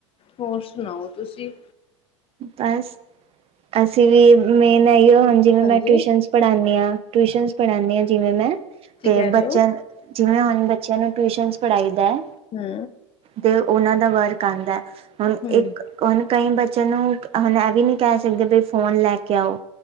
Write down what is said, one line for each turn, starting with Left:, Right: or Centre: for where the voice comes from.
Left: ਹੋਰ ਸੁਣਾਓ ਤੁਸੀ?
Right: ਬਸ ਅਸੀ ਵੀ ਮੇਨ ਏਈਓ ਹੁਣ ਜਿਵੇਂ
Left: ਹਾਂਜੀ
Right: ਮੈਂ ਟਿਊਸ਼ਨ ਪੜਾਨੀ ਹਾਂ ਟਿਊਸ਼ਨ ਪੜਾਨੀ ਹਾਂ ਜਿਵੇਂ ਮੈਂ
Left: ਕੀ
Right: ਤੇ
Left: ਕਹਿ ਰਹੇ
Right: ਬੱਚਿਆਂ
Left: ਹੋ?
Right: ਜਿਵੇਂ ਹੁਣ ਬੱਚਿਆਂ ਨੂੰ ਟਿਊਸ਼ਨਸ ਪਢਾ਼ਈ ਦਾ
Left: ਹੂੰ।
Right: ਤੇ ਉਹਨਾਂ ਦਾ ਵਰਕ ਆਦਾ ਹੁਣ
Left: ਹੂੰ
Right: ਇੱਕ ਹੁਣ ਕਈ ਬੱ ਚਿਆਂ ਨੂੰ ਹੁਣ ਇਹ ਵੀ ਨੀ ਕਹਿ ਸਕਦੇ ਬਈ ਫੋਨ ਲੈ ਕੇ ਆੳ।